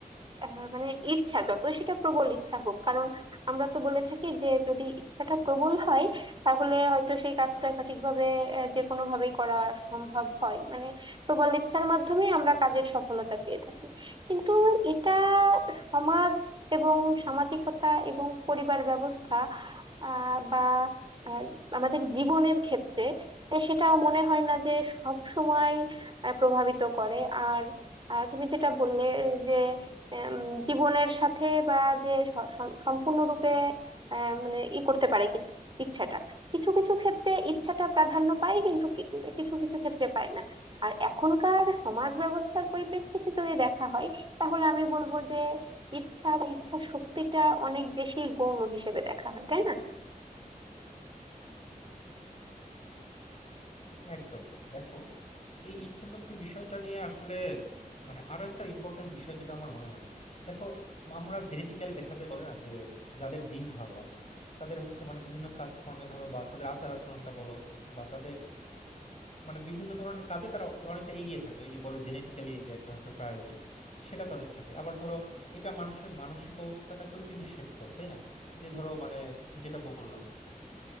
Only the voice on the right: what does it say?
আহ, মানে ইচ্ছা যতই সেটা প্রবল ইচ্ছা হোক কারণ আমরা তো বলে থাকি যে যদি ইচ্ছাটা প্রবল হয় তাহলে হয়তো সেই কাজটা সঠিকভাবে আহ, যে কোনো ভাবেই করা সম্ভব হয় মানে প্রবল ইচ্ছার মাধ্যমে আমরা কাজের সফলতা পেয়ে থাকি কিন্তু এটা সমাজ এবং সামাজিকতা এবং পরিবার ব্যবস্থা আহ বা আহ, আমাদের জীবনের ক্ষেত্রে আহ, সেটা মনে হয় না যে সব সময় প্রভাবিত করে আর আহ, তুমি যেটা বললে যে আম, জীবনের সাথে বা যে স- স- সম্পূর্ণরূপে আহ, মানে ই করতে পারে কিনা ইচ্ছাটা কিছু কিছু ক্ষেত্রে ইচ্ছাটা প্রাধান্য পায় কিন্তু কি- কিছু কিছু ক্ষেত্রে পায় না আর এখনকার সমাজ ব্যবস্থার পরিপ্রেক্ষিতে যদি দেখা হয় তাহলে আমি বলবো যে ইচ্ছা বা ইচ্ছা শক্তিটা অনেক বেশি গৌণ হিসেবে দেখা হয় তাই না